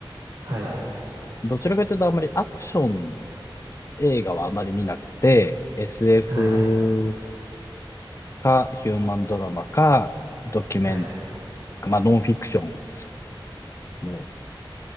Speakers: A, on the right (about 60°); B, on the left (about 35°).
A: はい。
B: どちらかというとあんまりアクション映画はあまり見なくて、SF
A: はい。
B: かヒューマンドラマか、ドキュメン
A: はい。
B: タ、まあ、ノンフィクションの